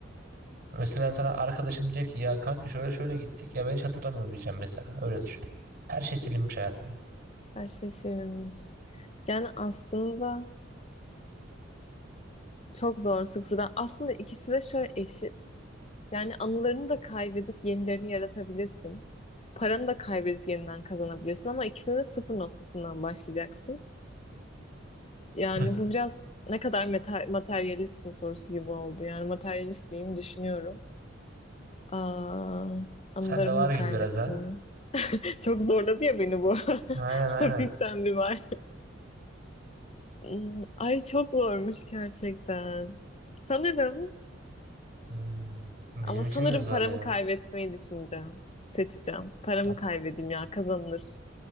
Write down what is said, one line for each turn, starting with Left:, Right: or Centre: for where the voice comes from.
Right: Mesela sana arkadaşın diyecek ki ya kanka şöyle şöyle gittik ya ben hiç hatırlamıyorum diyeceğim mesela. Öyle düşün. Her şey silinmiş hayatında.
Left: Her şey silinmiş. Yani aslında çok zor sıfırdan. Aslında ikisi de şöyle eşit. Yani anılarını da kaybedip yenilerini yaratabilirsin. Paranı da kaybedip yeniden kazanabilirsin ama ikisine de sıfır noktasından başlayacaksın. Yani
Right: Hı.
Left: bu biraz ne kadar meta- materyalistsin sorusu gibi oldu. Yani materyalist miyim düşünüyorum. Aa, anılarımı
Right: Sen de var
Left: mı
Right: gibi
Left: kaybetmeyi?
Right: biraz ha.
Left: <laughs> Çok zorladı ya beni bu. <laughs>
Right: Aynen aynen.
Left: Hafiften bir var. Hmm, Ay çok zormuş gerçekten. Sanırım
Right: Hmm, Benim
Left: ama sanırım
Right: için de zor
Left: paramı
Right: ya.
Left: kaybetmeyi düşüneceğim. Seçeceğim. Paramı
Right: Ha,
Left: kaybedeyim ya kazanılır.